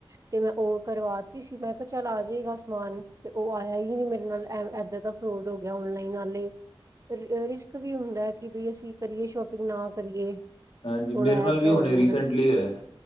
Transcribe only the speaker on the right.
ਤੇ ''ਮੈਂ ਉਹ ਕਰਵਾਤੀ ਸੀ, ਮੈਂ ਕਿਹਾ ਚੱਲ, ਆਜੇਗਾ ਸਮਾਨ ਤੇ ਉਹ ਆਇਆ ਹੀ ਨਹੀਂ ਮੇਰੇ ਨਾਲ, ਐ-ਐਦਾਂ ਦਾ ਫਰੋਡ ਹੋ ਗਿਆ ਔਨਲਾਈਨ ਆਲੇ। ਰਿਸਕ ਵੀ ਹੁੰਦਾ ਕਿ, ਬਈ। ਅਸੀਂ ਕਰੀਏ, ਸ਼ੋਪਿੰਗ ਨਾ ਕਰੀਏ।
ਥੋੜਾ
ਏਦਾਂ
ਹੋ ਜਾਂਦਾ